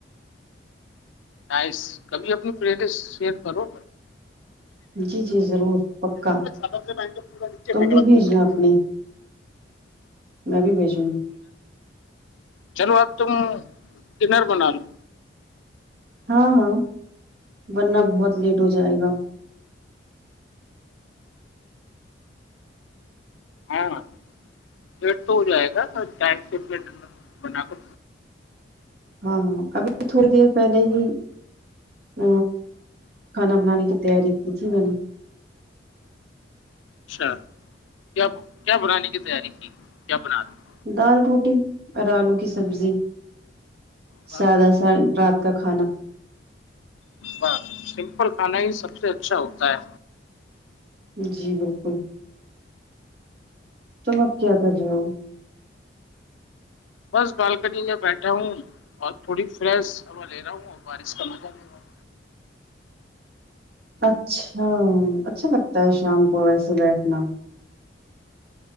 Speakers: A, on the left; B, on the right.
A: نایس کبھی اپنی پر اٹ یسی شئیر کرو
B: جی جی ضرور پکا
A: پورے سالوں سے میں پورا نیچے
B: تم
A: پھینکنا
B: بھی بھیجنا
A: شروع کر
B: اپنی
A: دیا
B: میں بھی بھیجوں گی
A: چلو اب تم ڈنر بنا لو
B: ہاں ہاں ورنہ بہت لیٹ ہو جائے گا
A: ہاں لیٹ تو ہو جائے گا ٹائم سے ڈ نر بنا کر
B: ہاں ہاں ابھی تھوڑی دیر پہلے ہی ہ کھانا بنانے کی تیاری کی تھی میں نے
A: اچھا کیا کیا بنانے کی تیاری کی کیا بنا رہے
B: دال روٹی اور آلو کی سبزی
A: واہ
B: سادہ سر رات کا کھانا
A: واہ سمپل کھانا ہی سب سے اچھا ہوتا ہے
B: جی بالکل تم اب کیا کر رہی ہو
A: بس بالکنی میں بیٹھا ہوں اور تھوڑی فریش ہوا لے رہا ہوں اور بارش کا مزہ لے رہا ہو
B: اچھا اچھا لگتا ہے شام کو ویسے بیٹھنا